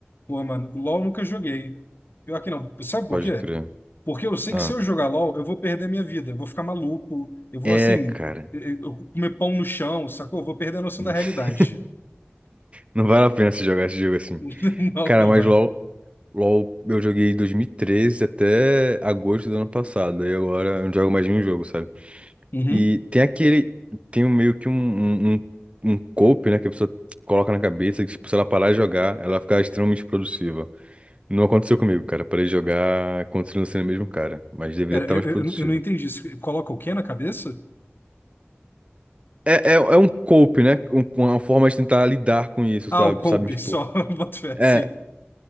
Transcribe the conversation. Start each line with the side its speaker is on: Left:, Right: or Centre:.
Left: Pô, mano, LOL nunca joguei. Pior que não. Sabe por
Right: Pode
Left: quê?
Right: crer.
Left: Porque eu sei
Right: Ah.
Left: que se eu jogar LOL, eu vou perder a minha vida. Eu vou ficar maluco. Eu vou,
Right: É,
Left: assim,
Right: cara.
Left: eu- eu comer pão no chão, sacou? Eu vou perder a noção
Right: <laughs>
Left: da realidade.
Right: Não vale a pena você jogar esse jogo assim.
Left: <laughs> Não,
Right: Cara,
Left: não
Right: mas
Left: vai.
Right: LOL. LOL eu joguei em dois mil e treze até agosto do ano passado. Aí agora eu não jogo mais nenhum jogo, sabe?
Left: Uhum.
Right: E tem aquele. Tem um- meio que um, um, um um cope, né? Que a pessoa coloca na cabeça que, tipo, se ela parar de jogar, ela fica extremamente produtiva. Não aconteceu comigo, cara. Parei de jogar, continuo sendo o mesmo cara. Mas deveria
Left: Pera,
Right: estar
Left: eu,
Right: mais produtivo.
Left: eu- eu não entendi isso. Coloca o quê na cabeça?
Right: É, é, é um cope, né? Com uma forma de tentar lidar com isso,
Left: Ah,
Right: sabe?
Left: o coupe,
Right: Sabe, tipo.
Left: só. <laughs> Boto fé,
Right: É,
Left: sim.